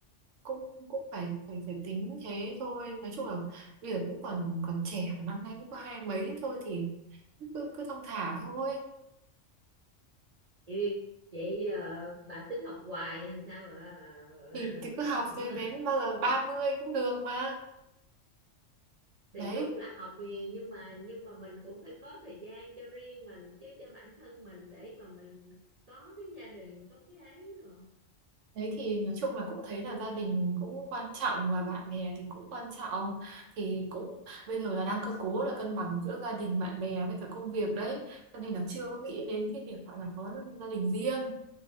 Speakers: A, on the right; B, on the right.
A: cũng cũng phải phải phải tính thế thôi nói chung là bây giờ cũng còn còn trẻ mà năm nay cũng có hai mấy thôi thì cứ cứ thong thả thôi
B: vậy, vậy ờ, bà tính học hoài hay sao ạ?
A: thì
B: Ờ,
A: thì
B: <laughs>
A: cứ
B: bà
A: học
B: không
A: rồi đến bao giờ ba mươi cũng được mà
B: thì
A: đấy
B: đúng là học thì- nhưng mà nhưng mà mình cũng phải có thời gian cho riêng mình chứ cho bản thân mình để mà mình có cái gia đình có cái ấy rồi
A: Đấy thì nói chung là cũng thấy là gia đình cũng quan trọng và bạn bè thì cũng quan trọng thì cũng bây giờ là đang cơ cố là cân bằng giữa gia đình bạn bè với cả công việc đấy cho nên là chưa có nghĩ đến cái việc gọi là có gia đình riêng